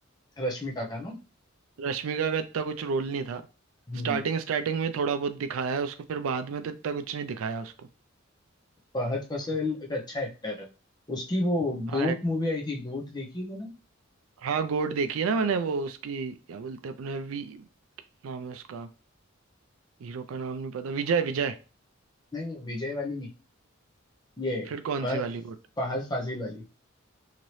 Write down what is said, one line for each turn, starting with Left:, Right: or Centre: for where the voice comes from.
Left: रश्मिका का ना
Right: रश्मिका का इतना कुछ रोल नहीं था
Left: हम्म
Right: स्टार्टिंग स्टार्टिंग में थोड़ा बहुत दिखाया है उसको फिर बाद में तो इतना कुछ नहीं दिखाया उसको
Left: फहद फैसल एक अच्छा एक्टर है उसकी वो
Right: हाँ
Left: गोट
Right: एक-
Left: मूवी आई थी गोट देखी तूने
Right: हाँ गोड देखी है ना मैंने वो उसकी क्या बोलते हैं अपने वी नाम है उसका हीरो का नाम नहीं पता विजय विजय
Left: नहीं नहीं विजय वाली नहीं ये
Right: फिर कौन
Left: फह-
Right: सी वाली गोड
Left: फहद फासिल वाली